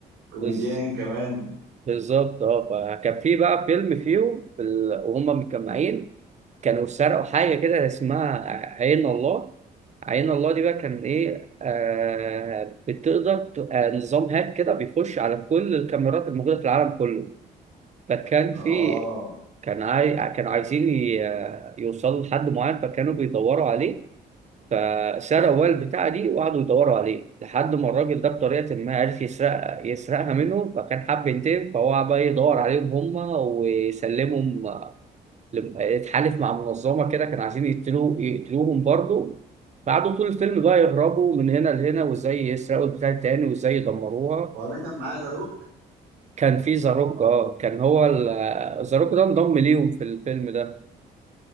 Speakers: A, on the right; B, on the right.
A: كوميديان
B: بس
A: كمان
B: بالظبط اه فكان في بقى فيلم فيهم في ال... وهم متجمعين كانوا سرقوا حاجة كده اسمها عين الله عين الله دي بقى كان إيه آه بتقدر ت- آه نظام هاك كده بيخش على كل الكاميرات الموجودة في العالم كله فكان
A: اه
B: في كان عاي... كانوا عايزين ي... آه، يوصلوا لحد معين فكانوا بيدوروا عليه فسرقوا بقى البتاعة دي وقعدوا يدوروا عليه لحد ما الراجل ده بطريقة ما عرف يسرق يسرقها منه فكان حب ينتقم فهو بقى يدور عليهم هما ويسلمهم لم- اتحالف مع منظمه كده كانوا عايزين يقتلوه يقتلوهم برضه قعدوا طول الفيلم بقى يهربوا من هنا لهنا وازاي يسرقوا البتاع التاني وازاي يدمروها
A: هو ده كان معاه ذا روك
B: كان في زاروك اه كان هو زاروك ده انضم ليهم في الفيلم ده